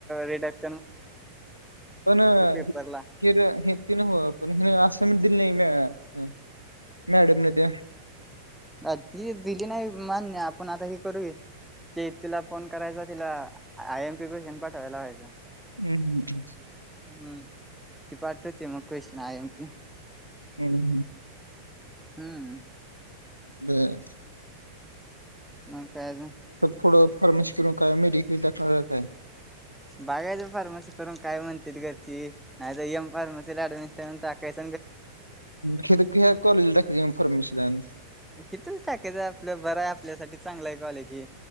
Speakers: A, in the centre; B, on the left.
A: रिडक्
B: पण
A: पेपरला
B: हेर हे ति न ह पण हे असं मिट दिलं नाही. मॅडम न त्या
A: अ त दिली नाही मान्य आपण आता हे करूया. तिला फोन करायचा तिला आय एम पी क्वेशन पाठवायला ह्हायचा
B: हम्म हम्म्.
A: हम्म की पाठवते मग कश नायम की
B: ह ह्.
A: हम्म.
B: बरं.
A: मग काय अजून.
B: पुडं फार्मसीकडून काय मेडिकल टाकणार काय.
A: बघायचं फार्मसी करून काय म्हणतेत. घरची नाही तर एम फार्मसीला ऍडमिश टाकायच.
B: ख कॉलेजला टकायचं एम. फार्मसी ला आणि
A: इथंच टाकायचं आपलं बर आहे. आपल्यासाठी चांगला आहे कॉलेज. हे